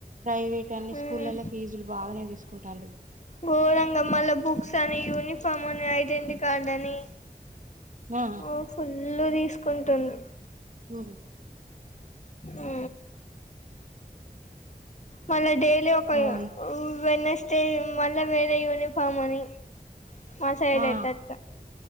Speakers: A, on the right; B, on the left.
A: ప్రైవేట్ అన్ని
B: మ్మ్
A: స్కూల్ల్లో ఫీజులు బాగానే తీసుకుంటాండ్రు
B: గోరంగా మల్ల బుక్స్ అని యూని ఫని ఐడెంటిటీ కార్డ్ అని
A: ఆ
B: ఓ ఫుల్ తీస్ కుంటుండ్రు
A: ఉ
B: ఉ మల్ల డే మళ్ళీ ఒక
A: అవును
B: యు వెన్నస్టే మళ్ళీ వేరే యూనిఫామ్ అని మా సైడ్
A: ఆ
B: అయితే అట